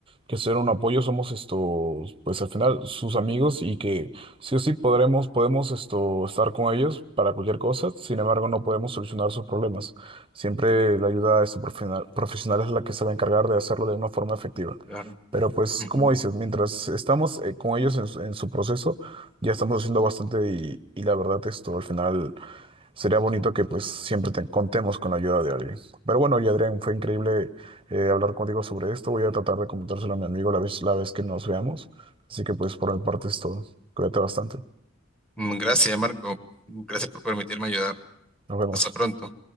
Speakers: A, on the right; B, in the centre.
A: que ser un apoyo somos esto, pues al final sus amigos y que sí o sí podremos podemos esto estar con ellos para cualquier cosa. Sin embargo, no podemos solucionar sus problemas. Siempre la ayuda de este profesional, profesional es la que se va a encargar de hacerlo de una forma efectiva.
B: Claro.
A: Pero pues,
B: Ujú.
A: como dices, mientras estamos eh, con ellos en, su en su proceso, ya estamos haciendo bastante y, y la verdad esto al final sería bonito que pues siempre te contemos con la ayuda de alguien. Pero bueno, y Adrián, fue increíble eh, hablar contigo sobre esto. Voy a tratar de comentárselo a mi amigo la vez, la vez que nos veamos. Así que pues por mi parte es todo. Cuídate bastante.
B: Mm, Gracias, Marco. Gracias por permitirme ayudar.
A: Nos vemos.
B: Hasta pronto.